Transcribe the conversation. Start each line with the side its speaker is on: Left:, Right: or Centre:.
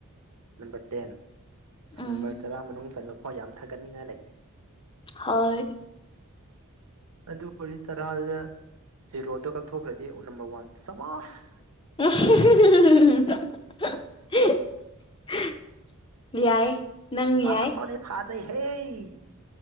Right: ꯅꯝꯕꯔ ꯇꯦꯟ ꯑꯁ
Left: ꯎꯝ
Right: ꯅꯝꯕꯔ ꯇꯔꯥ ꯃꯅꯨꯡ ꯆꯟꯕ ꯐꯥꯎ ꯌꯥꯝ ꯊꯥꯒꯠꯅꯤꯡꯉꯥꯏ ꯂꯩꯔꯦ꯫
Left: ꯍꯣꯏ꯫
Right: ꯑꯗꯨ ꯑꯣꯏꯔꯗꯤ ꯀꯔꯥꯏꯗ꯫ ꯖꯤꯔꯣꯗꯣ ꯀꯛꯊꯣꯛꯈ꯭ꯔꯗꯤ ꯅꯝꯕꯔ ꯋꯥꯟ ꯁꯃꯥꯁ꯫
Left: <unintelligible> ꯌꯥꯏ ꯅꯪ
Right: ꯃꯁꯛ
Left: ꯌꯥꯏ꯫
Right: ꯐꯥꯎꯗꯤ ꯐꯥꯖꯩꯍꯦ꯫